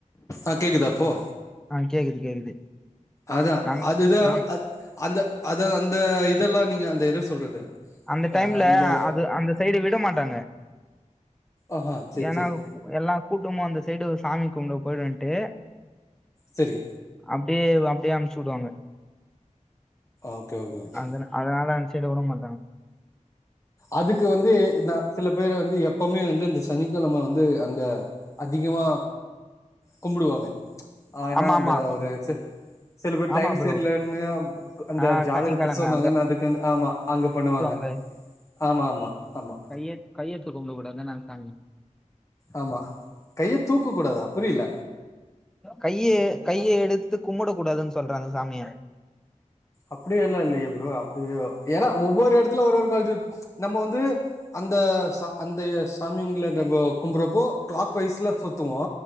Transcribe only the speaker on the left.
ஆ கேக்குதுா அப்போ
அதா
அதுதா
அத் அந்த அத அந்த இதெல்லா நீங்க அந்த எரு சொல்றது
அ அந்த
ஆஹா சேரி
சேரி
சரி
ஓகே ஓகே ஓகே
அதுக்கு வந்து நா சில பேர வந்து எப்பமே வந்து இந்த சனிக்கிழம வந்து அங்க அதிகமா கும்புடுவாங்க ஆ ஏனா
அந்த
ஒரு செ சில பேர்
டைம்
சர்லன்னு ஆவ் புக்கோ அந்த
ஜாதகத்த
சொன்னாங்கன் அதுக்குன் ஆமா அங்க பண்ணுவாங்க
ஆமா ஆமா ஆமா
ஆமா கையத் தூக்க கூடதா புரில
அப்டியே இல்லா இல்லையே ப்ரோ அப்டியோ ஏன்னா ஒவ்வொரு எடத்துல ஒரு ஒரு கல்சர் நம்ம வந்து அந்த ச அந்த சாமிங்கில நம்ம கும்புறபோ க்ளாக் வாய்ஸ்ல சுத்துவோ